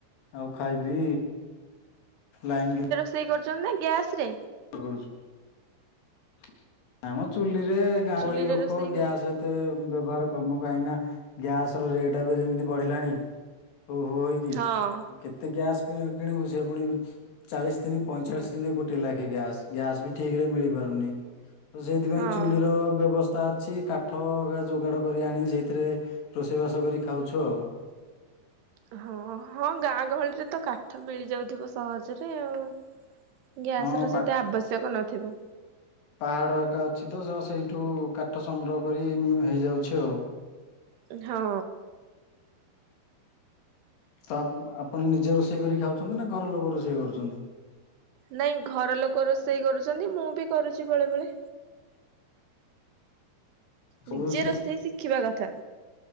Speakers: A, on the left; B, on the right.
A: ଆଉ ଖାଇବି ଲାଇନ
B: ସେଇ କରୁଛନ୍ତି ନା ଗ୍ୟାସ ରେ?
A: ରୁଛୁ ଆମ ଚୁଲିରେ ଗାଁ
B: ଚୁଲିରେ
A: ଗହଳି ଲୋକ
B: ରୋଷେଇ କରୁଛ
A: ଗ୍ୟାସ ଏତେ ବ୍ୟବହାର କରୁନୁ କାହିଁକି ନା ଗ୍ୟାସ ର ରେଟ୍ ଏବେ ଯେମିତି ବଢିଲାଣି ହୋ ହୋ ହେଇକି
B: ହଁ
A: କେତେ ଗ୍ୟାସ୍ କିଣିବୁ କିଣିବୁ ସେ ଫୁଣି ଚାଳିଶି ଦିନ ପଇଁଚାଳିଶ ଦିନ ଗୋଟେ ଲାଗେ ଏ ଗ୍ୟାସ ଗ୍ୟାସ ବି ଠିକ ରେ ମିଳି ପାରୁନି ତ ସେଇଥୀପାଇଁ
B: ହଁ
A: ଚୁଲିର ବ୍ୟବସ୍ଥା ଅଛି କାଠ ଗା ଯୋଗାଡ଼ କରି ଆଣି ସେଇଥିରେ ରୋଷେଇବାସ କରି ଖାଉଛୁ ଆଉ।
B: <inaudible> ହଁ ହଁ ଗାଁ ଗହଳିରେ ତ କାଠ ମିଳିଯାଉଥିବ ସହଜରେ ଆଉ। ଗ୍ୟାସ
A: ହଁ
B: ର ସେତେ ଆବଶ୍ୟକ ନଥିବ।
A: ପାହାଡ଼ ଏକା ଅଛି ତ ସେଇଠୁ କାଠ ସଂଗ୍ରହ କରି ଉଁ ହେଇଯାଉଛି ଆଉ।
B: ହଁ।
A: ତ ଆ ଆପଣ ନିଜେ ରୋଷେଇ କରି ଖାଉଛନ୍ତି ନା ଘର ଲୋକ ରୋଷେଇ କରୁଛନ୍ତି?
B: ନାଇଁ ଘର ଲୋକ ରୋଷେଇ କରୁଛନ୍ତି ମୁଁ ବି କରୁଛି ବେଳେବେଳେ।
A: ସବୁ
B: ନିଜେ
A: ସେ
B: ରୋଷେଇ ଶିଖିବା କଥା।